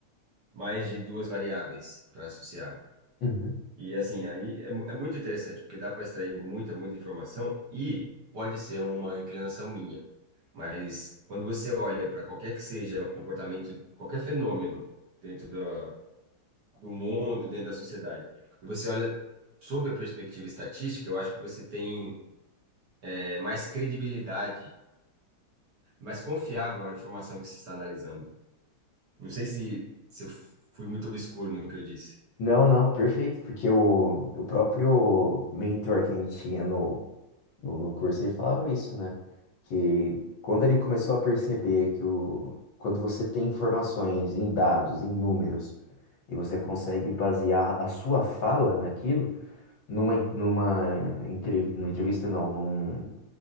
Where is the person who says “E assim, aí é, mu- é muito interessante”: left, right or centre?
Right